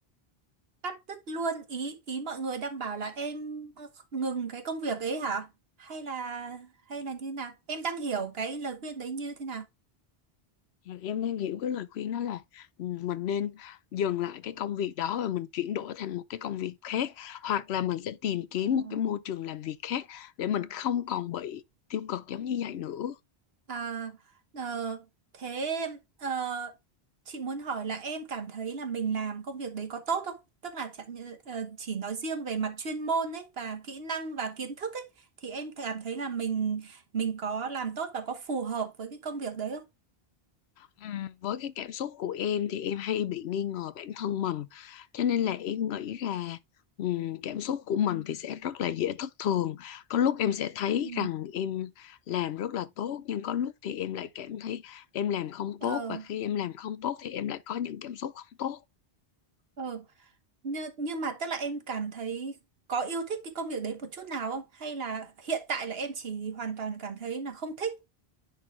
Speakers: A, on the right (about 70°); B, on the left (about 80°).
A: Cắt đứt luôn ý ý mọi người đang bảo là em ngừng cái công việc ấy hả? Hay là hay là như nào? Em đang hiểu cái lời khuyên đấy như thế
B: Dạ, em đang hiểu cái lời khuyên đó là ừ, mình nên dừng lại cái công việc đó và mình chuyển đổi thành một cái công việc khác hoặc là mình sẽ tìm kiếm
A: nào?
B: một cái môi trường làm việc khác để mình không còn bị tiêu cực giống như vậy nữa
A: À, ờ, thế ờ, chị muốn hỏi là em cảm thấy là mình làm công việc đấy có tốt không? Tức là chẳng như- ờ, chỉ nói riêng về mặt chuyên môn ấy và kỹ năng và kiến thức ấy thì em cảm thấy là mình mình có làm tốt và có phù hợp với cái công việc đấy không?
B: À, với cái cảm xúc của em thì em hay bị nghi ngờ bản thân mình cho nên là em nghĩ là ừm, cảm xúc của mình thì sẽ rất là dễ thất thường có lúc em sẽ thấy
A: Ừ.
B: rằng em làm rất là tốt nhưng có lúc thì em lại cảm thấy em làm không
A: Ờ,
B: tốt và khi em làm không tốt thì em lại có những cảm xúc không
A: ờ, nhưng, nhưng mà tức là em cảm thấy có yêu thích cái công việc đấy một chút nào không? Hay là hiện tại là em chỉ hoàn toàn cảm thấy là không thích?